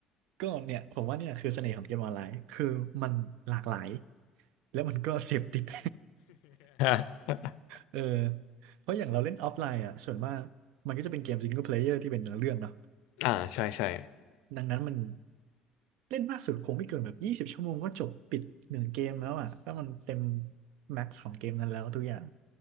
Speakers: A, on the right (about 75°); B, on the left (about 75°).
A: ก็เนี่ยผมว่าเนี่ยคือเสน่ห์ของเกมออนไลน์คือมันหลากหลายแล้วมันก็เสพติด <laughs>
B: <laughs>
A: เออเพราะอย่างเราเล่นออฟไลน์อ่ะส่วนมากมันก็จะเป็นเกมซิงเกิลเพลเยอร์ที่เป็นเนื้อเรื่องเนาะ
B: อ่าใช่ใช่
A: ดังนั้นมันเล่นมากสุดคงไม่เกินแบบยี่สิบชั่วโมงก็จบปิดหนึ่งเกมแล้วอ่ะถ้ามันเต็มแม็กซ์ของเกมนั้นแล้วทุกอย่าง